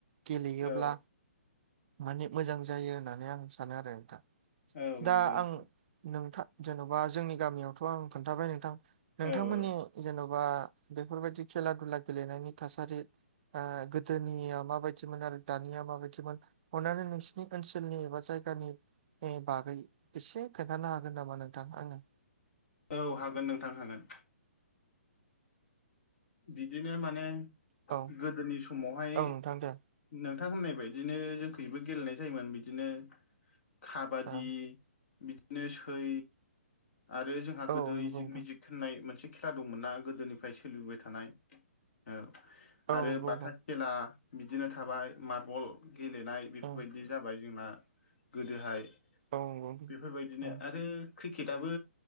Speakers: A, on the right (about 45°); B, on the left (about 60°).
A: गेलेयोब्ला
B: औ
A: माने मोजां जायो होननानै आं सानो आरो नोंथां।
B: औ
A: दा
B: नंगौ नोंथां
A: आं नोंथां जेन'बा जोंनि गामियावथ' आं खोन्थाबाय नोंथां नोंथांमोननि
B: औ औ
A: जेन'बा बेफोरबायदि खेला दुला गेलेनायनि थासारि गोदोनिया माबायदिमोन आरो दानिया माबायदिमोन अननानै नोंसि नि ओनसोलनि एबा जायगानि बागै एसे खोन्थानो हागोन नामा नोंथां आनो?
B: औ हागोन नोंथां हागोन। बिदिनो माने
A: औ
B: गोदोनि समावहाय
A: औ नोंथां दे
B: नोंथां होननाय बायदिनो जोंखैबो गेलेनाय जायोमोन बिदिनो खाबादि
A: औ
B: बिदिनो सै आरो जोंहा गोदो
A: औ नंगौ
B: इजिक
A: नोंथां
B: मिजिक होननाय मोनसे खेला दंमोन ना गोदोनिफ्राय सोलिबोबाय थानाय औ
A: औ
B: आरो
A: नंगौ
B: बाथा
A: नोंथां
B: खेला बिदिनो थाबाय मार्बल गेलेनाय बेफोरबायदि
A: ओं
B: जाबाय जोंना गोदोहाय
A: औ नंगौ नोंथां
B: बेफोरबायदिनो
A: ओं औ
B: आरो क्रिकेटआबो